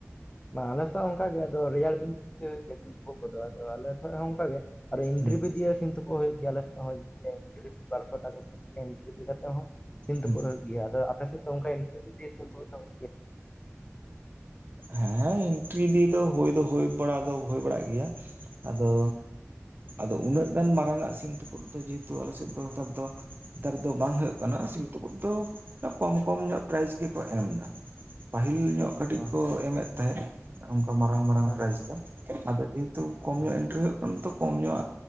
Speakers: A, on the left; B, on the right.
A: ᱚ ᱟᱞᱮ ᱥᱮᱫ ᱦᱚ ᱚᱱᱠᱟ ᱜᱮ ᱟᱫᱚ ᱨᱮᱭᱟᱲ ᱫᱤᱱ ᱫᱚ, ᱦᱳᱭᱳᱜ ᱜᱮᱭᱟ ᱥᱤᱢ ᱛᱳᱯᱳᱫ ᱠᱚ ᱫᱚ ᱟᱞᱮ ᱴᱷᱮᱡ ᱦᱚ ᱚᱱᱠᱟ ᱜᱮ, ᱟᱨ ᱮᱱᱴᱨᱤᱯᱷᱤ
B: ᱦᱩᱸ
A: ᱫᱤᱭᱮ ᱥᱤᱢ ᱛᱳᱯᱳᱫ ᱦᱩᱭᱩᱜ ᱜᱮᱭᱟ ᱟᱞᱮ ᱥᱮᱜ ᱦᱚᱸ, <unintelligible> ᱤᱱᱴᱨᱤᱯᱷᱤ ᱠᱟᱛᱮᱜ ᱦᱚᱸ ᱥᱤᱢ ᱛᱩᱯᱩᱜ
B: ᱦᱩᱸ
A: ᱦᱩᱭᱩᱜ ᱜᱮᱭᱟ, ᱟᱫᱚ ᱟᱯᱮ ᱥᱮᱫ ᱫᱚ ᱚᱱᱠᱟ ᱮᱱᱴᱨᱤᱯᱷᱤ ᱫᱤᱭᱮ ᱥᱤᱢ ᱛᱩᱯᱩᱜ ᱵᱟᱝ?
B: ᱦᱮᱸ ᱮᱱᱴᱨᱤᱯᱷᱤ ᱫᱤᱭᱮ ᱫᱚ ᱦᱩᱭ ᱫᱚ ᱦᱩᱭ ᱵᱟᱲᱟ ᱫᱚ ᱦᱩᱭ ᱵᱟᱲᱟᱜ ᱜᱮᱭᱟ᱾ ᱟᱫᱚ, ᱟᱫᱚ ᱩᱱᱟᱹᱜ ᱜᱟᱱ ᱢᱟᱨᱟᱝ ᱟᱜ ᱥᱤᱢ ᱛᱩᱯᱩᱫ ᱫᱚ ᱡᱮᱦᱮᱛᱩ ᱟᱞᱮᱥᱮᱫ ᱫᱚ ᱦᱮᱛᱟᱨ ᱫᱚ ᱱᱮᱛᱟᱨ ᱫᱚ ᱵᱟᱝ ᱦᱳᱭᱳᱜ
A: ᱦᱮᱸ
B: ᱠᱟᱱᱟ᱾ ᱫᱚ ᱠᱚᱢ ᱠᱚᱢ ᱧᱚᱜ ᱯᱨᱟᱭᱤᱡ ᱜᱮᱠᱚ ᱮᱢ ᱫᱟ, ᱯᱟᱹᱦᱤᱞ ᱧᱚᱜ ᱠᱟᱹᱴᱤᱡ
A: ᱦᱮᱸ
B: ᱠᱚ ᱮᱢᱮᱫ ᱛᱟᱦᱮᱸᱫ ᱚᱱᱠᱟ ᱢᱟᱨᱟᱝ ᱢᱟᱨᱟᱝ
A: ᱦᱮᱸ
B: ᱯᱨᱟᱭᱤᱡᱽ ᱫᱚ, ᱟᱫᱚ ᱡᱮᱦᱮᱛᱩ ᱠᱚᱢ
A: ᱦᱮᱸ
B: ᱧᱚᱜ ᱮᱱᱴᱨᱤ ᱦᱩᱭᱩᱜ ᱠᱚᱢ ᱧᱚᱜ